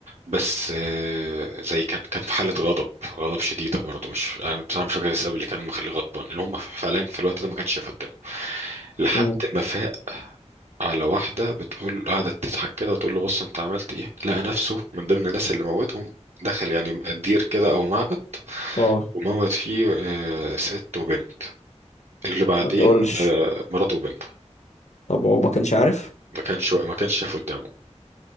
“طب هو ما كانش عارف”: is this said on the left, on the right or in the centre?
Left